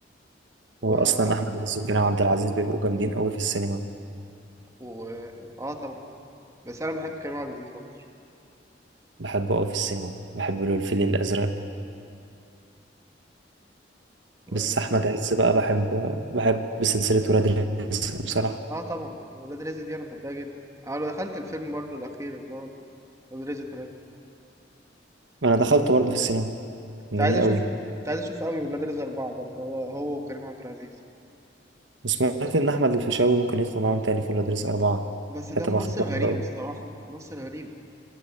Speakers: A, on the right; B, on the right.
A: و...
B: هو اصلا احمد عز وكريم عبد العزيز بيبقوا جامدين قوي في السينما
A: و... اه طبعا بس انا بحب كريم عبد العزيز اكتر
B: بحب قوي في السينما بحب له الفيل الازرق
A: و...
B: بس احمد عز بقى بحب بحب سلسله ولاد الرزق بصراحه
A: اه طبعا ولاد رزق دي انا بحبها جدا اه لو دخلت الفيلم برضه الاخير اللي هو ولاد رزق تلاتة
B: انا دخلت برضه في السينما
A: كنت
B: كان جميل
A: عايز اشوف
B: قوي
A: كنت عايز اشوف قوي ولاد رزق اربعة ده اللي هو هو وكريم عبد العزيز
B: وسمعت ان احمد الفيشاوي ممكن يدخل معاهم تاني في ولاد الرزق اربعه
A: بس
B: ده
A: ده
B: تبقى
A: ممثل
B: خطوه
A: غريب
B: حلوه قوي
A: الصراحة ممثل غريب